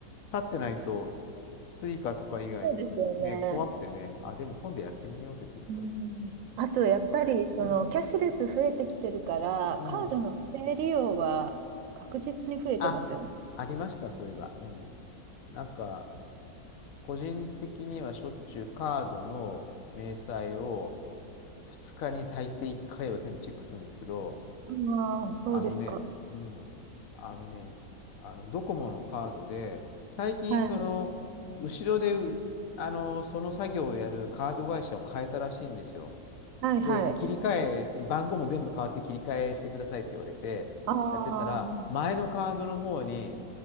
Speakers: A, on the left; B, on the right.
A: 立ってないと、スイカとか以外、
B: そうですよね。
A: ね、怖くてね、あ、でも今度やってみよう、別にそれ。
B: うん。あと、やっぱり、その、
A: うん。
B: キャッシュレス増えてきてるから、
A: うん。
B: カードの不正利用は確実に増えてますよね。
A: あ、ありました、そういえば。うん。なんか、個人的にはしょっちゅうカードの明細を2日に最低1回は全部チェックするんですけど、
B: ああ、そうですか。
A: あのね、うん、あのね、あのドコモのカードで、最近、
B: はい。
A: その、後ろでう、あの、その作業をやるカード会社を変えたらしいんですよ。
B: はい、
A: で、
B: はい。
A: 切り替え、番号も全部変わって切り替えしてくださいって言われて、
B: ああ。
A: やってたら、前のカードの方に、